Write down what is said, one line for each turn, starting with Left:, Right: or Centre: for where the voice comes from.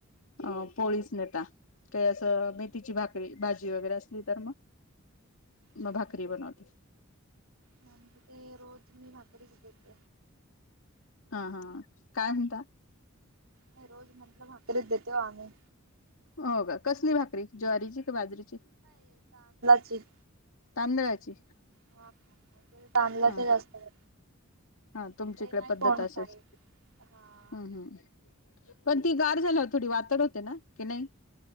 Left: अ पोळीच नेतात ते असं मेथीची भाक री भाजी वगैरे असली तर मग.
Right: हा
Left: मग भाकरी बनवते
Right: म्हणजे ते रोज मी भाकरीच देत.
Left: हा हा काय म्हणता?
Right: नाही रोज म्हटल भाकरीच देतोय ओ आम्ही.
Left: हो का कसली भाकरी ज्वारीची की बाजरीची?
Right: जी
Left: तांदळाची.
Right: हा का? अन ताणला
Left: हा
Right: ट जास्त <inaudible>
Left: हा तुमची
Right: ते
Left: इकडे
Right: नाही
Left: पद्धत
Right: कोण
Left: अशीच
Right: खाईत हा
Left: हम्म हम्म, पण ती गाढ झाल्याव थोडी वातड होते ना, की नाही?